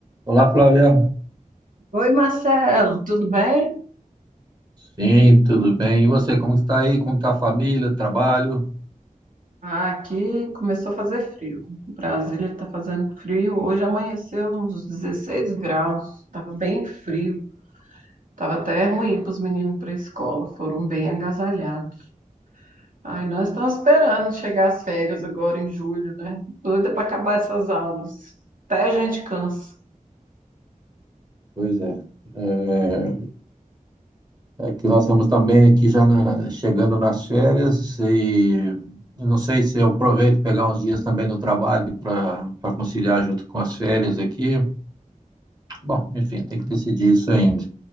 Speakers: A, on the right; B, on the right.
A: Olá, Flávia.
B: Oi, Marcelo, tudo bem?
A: Sim, tudo bem. E você, como que está aí? Como está a família, trabalho?
B: Ah, Aqui começou a fazer frio. Brasília está fazendo frio. Hoje amanheceu uns 16 graus. Estava bem frio. Estava até ruim para os meninos para a escola. Foram bem agasalhados. Ai, nós estamos esperando chegar as férias agora em julho, né? Doida para acabar essas aulas. Até a gente cansa.
A: Pois é. É, é que nós estamos também aqui já na- chegando nas férias e eu não sei se eu aproveito pegar uns dias também no trabalho para para conciliar junto com as férias aqui. Bom, enfim, tem que decidir isso ainda.